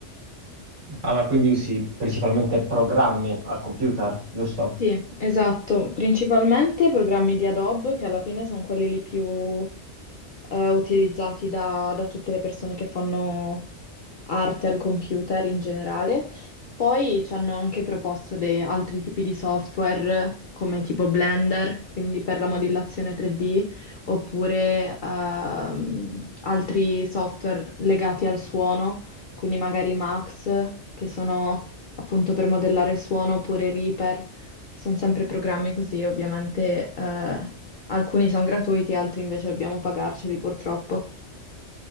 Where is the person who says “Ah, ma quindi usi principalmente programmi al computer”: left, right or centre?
Right